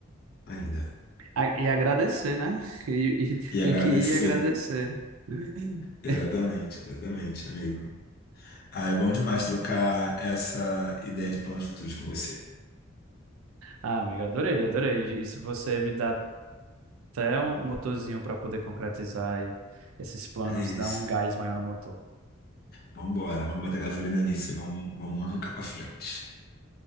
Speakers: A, on the left; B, on the right.
A: ainda.
B: A- E agradecer, né? <laughs> E, e
A: E
B: tem
A: agradecer.
B: que ir agradecer. <laughs>
A: Exatamente, exatamente, amigo. Ah, é bom demais trocar essa ideia de planos futuros com você.
B: Ah, amigo, adorei, adorei. E se você me dá até um um motorzinho para poder concretizar e esses planos,
A: É isso.
B: dar um gás maior no motor.
A: Vambora, vamos botar gasolina nisso e vamos, vamos arrancar pra frente.